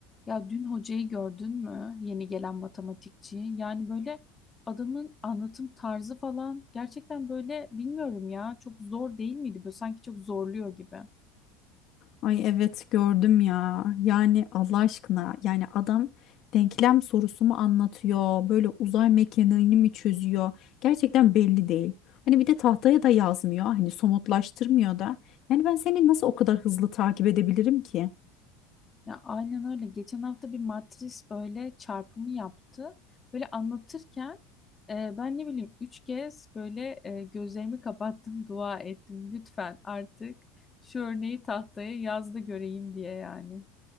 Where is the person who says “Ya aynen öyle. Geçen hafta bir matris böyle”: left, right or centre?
Left